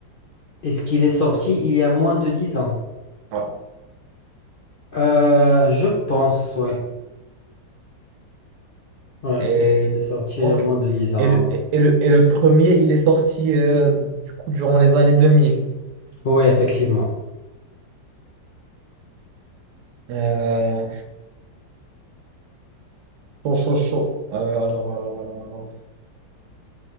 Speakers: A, on the left (about 80°); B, on the right (about 70°).
A: Est-ce qu'il est sorti il y a moins de 10 ans?
B: Ouais.
A: Euh, je pense, oui. Ouais.
B: Et,
A: Est-ce qu'il est sorti
B: ok.
A: il y a moins de dix ans?
B: Et le, et le, et le premier, il est sorti euh, du coup, durant les années 2000.
A: Oui, effectivement.
B: Euh, Chaud, chaud, chaud. Euh, alors, alors, alors, alors.